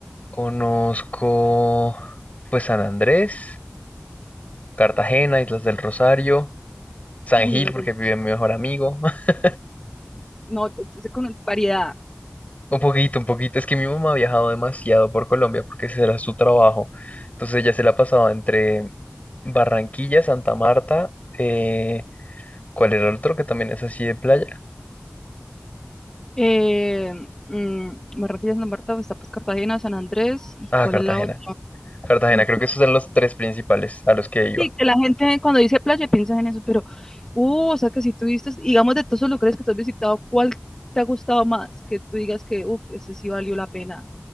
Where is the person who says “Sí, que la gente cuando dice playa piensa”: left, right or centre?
Left